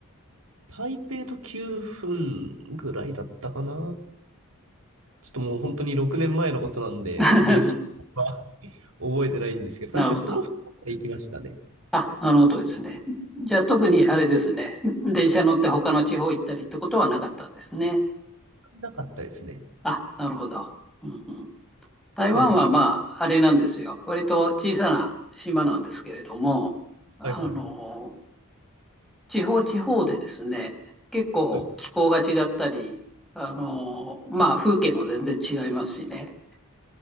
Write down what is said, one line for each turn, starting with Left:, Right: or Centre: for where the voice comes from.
Right: 台北と9分ぐらいだったかな。ちょっともう本当に6年前のことなんで、
Centre: <laughs>
Right: あんまり <laughs> 覚えてないんですけど、
Centre: なるほど。
Right: 確かその2日行きましたね。
Centre: あ、なるほどですね。じゃあ、特にあれですね。電車乗って他の地方行ったりってことはなかったんですね。
Right: なかったですね。
Centre: あ、なるほど。うんうん、台湾はまあ、
Right: まあでも、き
Centre: あれなんですよ。割と小さな島なんですけれども、あの、
Right: はいはいはい。
Centre: 地方地方でですね、結構気候が違ったり、
Right: はいは
Centre: あのまあ、風景も全然違いますしね、